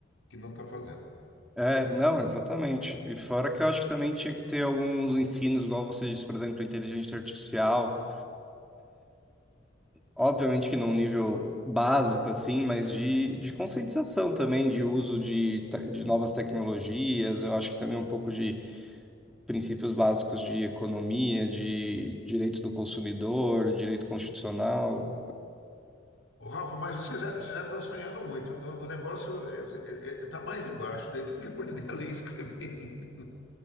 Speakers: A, on the left; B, in the centre.
A: que não está fazendo.
B: É, não, exatamente. E fora que eu acho que também tinha que ter alguns ensinos, igual você disse, por exemplo, inteligência artificial, obviamente que num nível básico, assim, mas de, de conscientização também, de uso de, te- de novas tecnologias, eu acho que também um pouco de princípios básicos de economia, de direito do consumidor, direito constitucional.
A: Ô, Rafa, mas você já, você já está sonhando muito. O, o negócio está mais embaixo, daí tem que aprender a ler e escrever ainda.